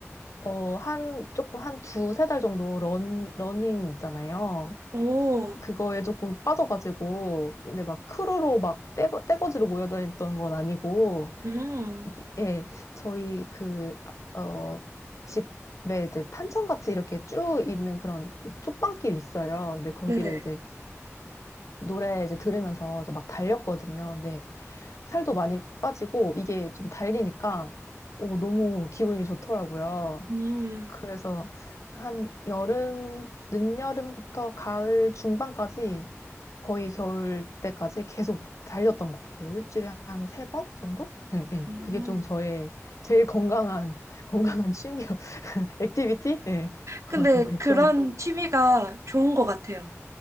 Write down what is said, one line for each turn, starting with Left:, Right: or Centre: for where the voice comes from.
Left: 어, 한, 조금 한 두세 달 정도 런, 러닝 있잖아요.
Right: 오,
Left: 그거에 조금 빠져가지고, 근데 막 크루로 막 떼거, 떼거지로 모여다녔던 건 아니고,
Right: 음,
Left: 이게, 예, 저희 그, 아, 어, 집에 이제 탄천같이 이렇게 쭉 있는 그런 쪽방길이 있어요. 근데 거기를
Right: 네네.
Left: 이제 노래 이제 들으면서 이제 막 달렸거든요. 근데 살도 많이 빠지고 이게 좀 달리니까 오, 너무 기분이 좋더라고요.
Right: 음,
Left: 그래서 한 여름, 늦여름부터 가을 중반까지 거의 겨울 때까지 계속 달렸던 것 같아요. 일주일에 한 세 번 정도? 네, 네.
Right: 음.
Left: 그게 좀 저의 제일 건강한, <laughs> 건강한 취미, <laughs> 액티비티? 네. <laughs>
Right: 근데
Left: 네,
Right: 그런
Left: 그런,
Right: 취미가 좋은 것 같아요.